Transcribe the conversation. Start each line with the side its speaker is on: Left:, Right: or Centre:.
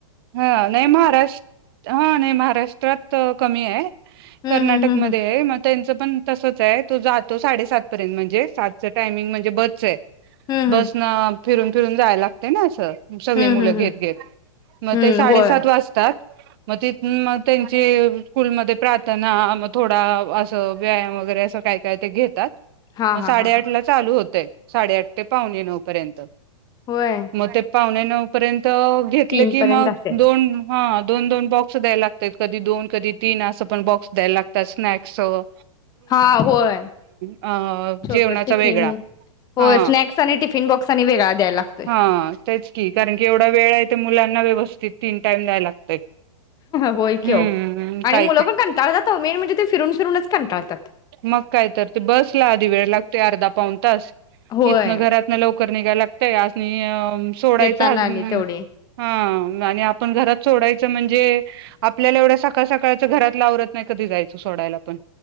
Right: हा नाही महाराष्ट हा नाही महाराष्ट्रात कमी आहे.
Left: हम्म
Right: कर्नाटक
Left: हम्म
Right: मध्ये
Left: हम्म
Right: आहे म त्यांचं पण तसच आहे तो जातो साडेसात पर्यंत म्हणजे सातचं टायमिंग म्हणजे बसच आहे.
Left: हम्म हम्म
Right: बस न फिरून फिरून जायला लागते ना असं सगळी
Left: हम्म
Right: मुलं
Left: हम्म
Right: घेत
Left: हम्म
Right: घेत मग
Left: हम्म
Right: ते साडेसात
Left: होय.
Right: वाजता मग तिथ मग त्यांची स्कूल मध्ये प्रार्थना मग थोडा असं व्यायाम वगैरे असं काय काय ते घेतात.
Left: हां
Right: मग
Left: हां
Right: साडेआठ
Left: हां हां
Right: ला चालू होतय. साडेआठ ते पावणे नऊ पर्यंत
Left: होय
Right: म ते पावणे नऊ पर्यंत घेत तले
Left: तीन
Right: की
Left: पर्यंत
Right: मग
Left: असेल
Right: दोन ह दोन दोन बॉक्स द्याय लागतात कधी दोन कधी तीन असं पण बॉक्स द्यायला लागतात स्नॅक्सचं
Left: हा होय
Right: अ
Left: छोटं
Right: जेवणाचा
Left: टिफिन,
Right: वेगळा
Left: होय
Right: हा
Left: स्नॅक्स आणि टिफिन बॉक्स आणि वेगळा द्यायला ला -
Right: हा तेच की कारण की एवढा वेळ आहे त मुलांना व्यवस्तित तीन टाईम द्यायला लागतय.
Left: होय की
Right: हम्म
Left: आओ आणि
Right: काय
Left: मुलं पण कंटाळतात मेन म्हणजे ते फिरून फिरूनच कंटाळतात.
Right: मग काय तर ते, बसला आधी वेळ लागते अर्धा पाऊन तास.
Left: होय
Right: इथन घरात न लवकर निघायला लागतय अस आणि आ सोडायचं
Left: येताना
Right: हसम
Left: आणि तेवढे
Right: सोड आप घरात सोडायच म्हणजे आपल्याला एवड्या सका का सकाळच घरातल आवरत नाही. कधी जाय सोडायला पण